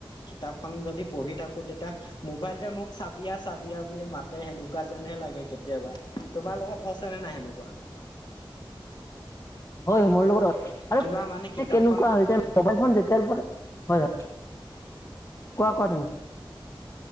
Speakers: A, on the left (about 55°); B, on the left (about 35°).
A: কিতাপখন যদি পঢ়ি থাকো তেতিয়া মোবাইলটোৱে মোক চাবি আহ চাবি আহ বুলি মাতে সেনেকুৱা যেনহে লাগে কেতিয়াবা। তোমাৰ লগত হৈছেনে নাই সেনেকুৱা?
B: হয়, হয়। মোৰ লগতো <unintelligible> আৰু
A: কিবা মানে কিতাপখন
B: কেনেকুৱা হৈছে মোবাইল ফোন যেতিয়াৰ পৰা হয়, হয়। কোৱা কোৱা তুমি?